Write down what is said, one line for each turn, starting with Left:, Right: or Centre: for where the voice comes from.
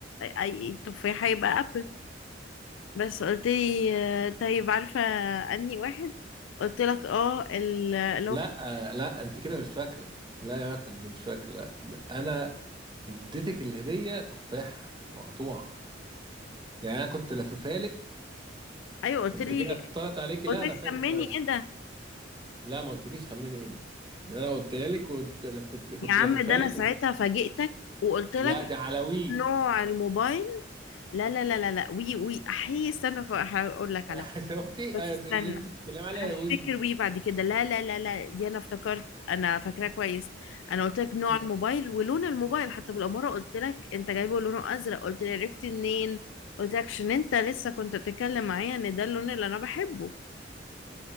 Left: اي تفاحة يبقى ابل بس قلت لي آه طيب عارفة انهي واحد قلت لك اه ال- اللي
Right: لا
Left: هو
Right: آه، لا انت كده مش فاكرة لا يا مكنة انت مش فاكرة لا ده انا اديتك الهدية تفاحة مقطوعة يعني انا كنت لففها لك
Left: ايوه قلت
Right: انت
Left: لي
Right: كده طلعت عليكي
Left: قلت
Right: لا
Left: لي
Right: انا
Left: سميني
Right: فاكر كويس
Left: ايه ده
Right: لا ما قلتليش خمني ايه ده ده انا قلتها لك ولفت كنت
Left: يا عم
Right: لففها
Left: ده انا
Right: لك
Left: ساعتها
Right: ود-
Left: فاجئتك وقلت لك
Right: لا دي على وي
Left: نوع الموبايل لا لا لا لا لا وي وي احي استنى فاقول لك
Right: <laughs>
Left: على
Right: شفتي
Left: بس
Right: آه،
Left: استنى
Right: ده اللي انت بتتكلمي عليها
Left: افتكر
Right: وي
Left: بيه بعد كده لا لا لا لا دي انا افتكرت انا فاكراه كويس انا قلت لك نوع الموبايل ولون الموبايل حتى بالاماره قلت لك انت جايبه لونه ازرق قلت لي عرفتي منين قلت لك عشان انت لسه كنت بتتكلم معايا ان ده اللون اللي انا بحبه